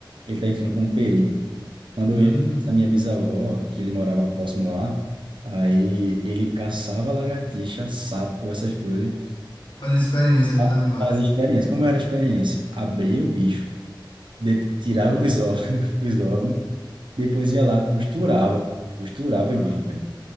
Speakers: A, on the right; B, on the left.
A: ele tá entrando como perito. Quando
B: Hum,
A: eu ia pra minha bisavó, que ele morava próximo lá, aí ele caçava lagartixa, sapo, essas coisas.
B: fazia experiências
A: Ah,
B: nos animais,
A: Fazia experiência. Como era a experiência? Abria o bicho, de- tirava os órgãos, <laughs> os órgãos, depois ia lá, costurava, pô. costurava
B: né?
A: o bicho, velho.